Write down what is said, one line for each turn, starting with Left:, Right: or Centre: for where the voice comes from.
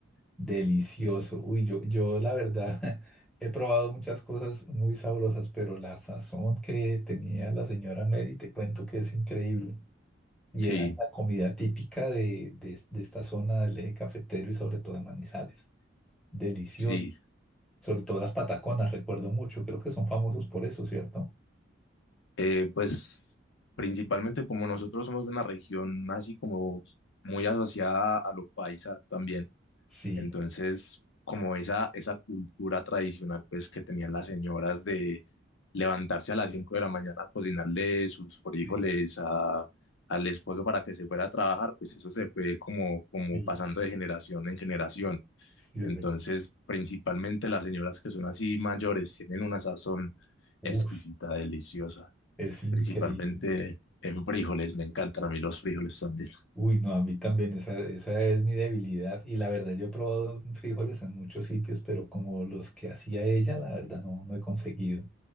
Centre: delicioso. Uy, yo, yo la verdad <laughs> he probado muchas cosas muy sabrosas, pero la sazón que tenía la señora Mary, te cuento que es increíble. Y
Left: Sí,
Centre: era la comida típica de, de de esta zona del eje cafetero y sobre todo de Manizales. Delicioso.
Left: sí.
Centre: Sobre todo las pataconas, recuerdo mucho. Creo que son famosos por eso, ¿cierto?
Left: Eh, pues principalmente como nosotros somos de una región así como muy asociada a lo paisa también,
Centre: Sí,
Left: entonces como esa, esa cultura tradicional pues que tenían las señoras de levantarse a las 5 de la mañana a cocinarle sus frijoles
Centre: sí,
Left: a- al esposo para que se fuera a trabajar, pues eso se fue como, como
Centre: sí,
Left: pasando de generación en generación.
Centre: sí,
Left: Entonces,
Centre: es verdad.
Left: principalmente las señoras que son así mayores tienen una sazón
Centre: Uf,
Left: exquisita, deliciosa.
Centre: es increíble.
Left: Principalmente en frijoles, me encantan a mí los frijoles también. <laughs>
Centre: Uy, no, a mí también esa, esa es mi debilidad. Y la verdad, yo he probado frijoles en muchos sitios, pero como los que hacía ella, la verdad no, no he conseguido.